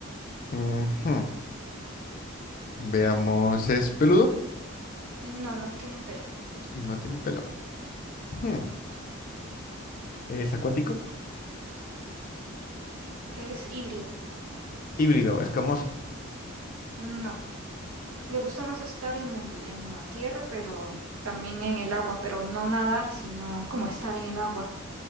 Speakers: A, on the left; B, on the right.
A: Ujú. Veamos, ¿es peludo?
B: No, no tiene pelo.
A: No tiene pelo. Hmm. ¿Es acuático?
B: Es híbrido.
A: Híbrido, escamoso.
B: No. Le gusta más estar en el, en la tierra, pero también en el agua, pero no nadar, sino como estar en el agua.